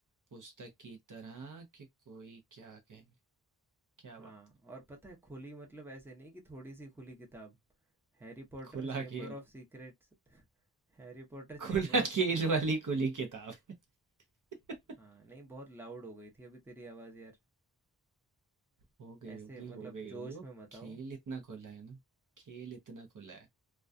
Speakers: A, on the right; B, in the centre.
A: पुस्तक की तरह कि कोई क्या कहे। क्या
B: हाँ
A: बात!
B: और पता है खुली मतलब ऐसे नहीं कि थोड़ी सी खुली किताब Harry Potter
A: खुला
B: Chamber
A: खेल,
B: of Secrets Harry Potter Chamber
A: खुला
B: of
A: खेल वाली खुली किताब। <laughs>
B: हाँ नहीं बहुत लाउड हो गई थी अभी तेरी आवाज़ यार
A: हो गई
B: ऐसे
A: होगी,
B: मतलब
A: हो गई होगी।
B: जोश
A: वो
B: में मत
A: खेल
B: आओ
A: इतना खुला है ना, खेल इतना खुला है।